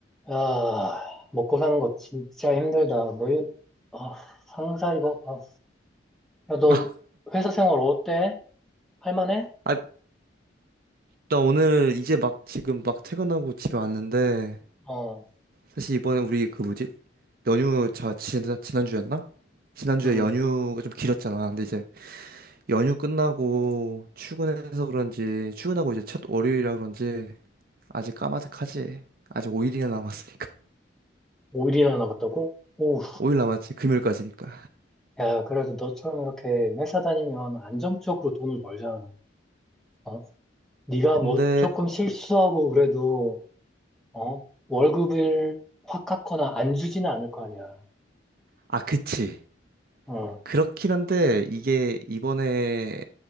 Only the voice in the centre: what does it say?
아, 먹고 사는 거 진짜 힘들다. 뭐, 이- 아, 상사 이거, 아, 야, 너
회사 생활 어때? 할만해?
어,
음,
5일이나 남았다고?
오,
야, 그래도 너처럼 이렇게 회사 다니면 안정적으로 돈을 벌잖아. 어, 네가
뭐 조금 실수하고 그래도, 어, 월급을 확 깎거나 안 주지는 않을 거 아니야.
어,